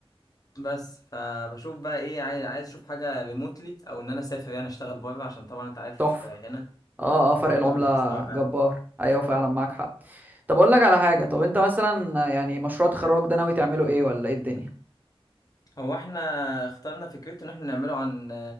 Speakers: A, on the left; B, on the right.
A: بس فبشوف بقى ايه عايز عايز اشوف حاجه ريموتلي او ان انا اسافر يعني اشتغل بره عشان طبعا انت عارف
B: تحفه
A: آه، هنا
B: اه اه فرق
A: الموضوع
B: العمله
A: بيبقى صعب قوي
B: جبار ايوه فعلا معاك حق طب اقول لك على حاجه طب انت مثلا يعني مشروع تخرجك ده ناوي تعمله ايه ولا ايه الدنيا
A: هو احنا اخترنا فكرته ان احنا نعمله عن